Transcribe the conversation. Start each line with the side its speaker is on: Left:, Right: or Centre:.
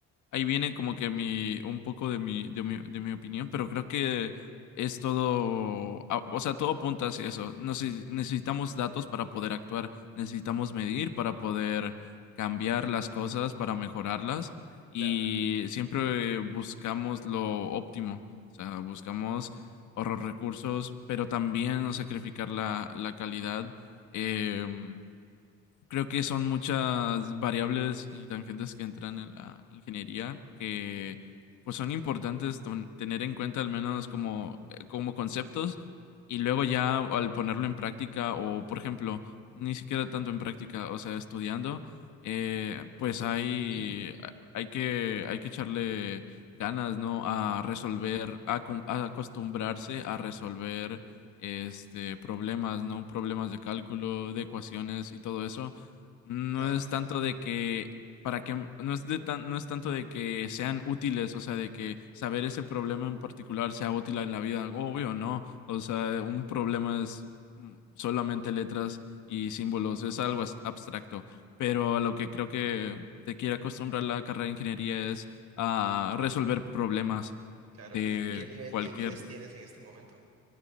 Left: ahí viene como que mi, un poco de mi, de mi, de mi opinión, pero creo que es todo, a- o sea, todo apunta hacia eso. Nece- Necesitamos datos para poder actuar, necesitamos medir para poder cambiar las cosas, para mejorarlas y
Right: claro.
Left: siempre buscamos lo óptimo, o sea, buscamos ahorrar recursos, pero también no sacrificar la, la calidad. em, Creo que son muchas variables y tangentes que entran en la ingeniería que pues son importantes ton- tener en cuenta al menos como, eh, como conceptos y luego ya al ponerlo en práctica o por ejemplo, ni siquiera tanto en práctica, o sea, estudiando, eh, pues hay,
Right: Ujú,
Left: hay que, hay que echarle ganas, ¿no? A resolver, a, acom- a acostumbrarse a resolver este, problemas, ¿no? Problemas de cálculo, de ecuaciones y todo eso no
Right: claro,
Left: es tanto de que para que no es de tan- no es tanto de que sean útiles, o sea, de que saber ese problema en particular sea útil en la vida, obvio, no. O sea, un problema es mm, solamente letras y símbolos, es algo as- abstracto, pero a lo que creo que te quiere acostumbrar la carrera de ingeniería es a resolver problemas
Right: claro.
Left: de
Right: ¿Y qué nivel
Left: cualquier
Right: de inglés tienes en este momento?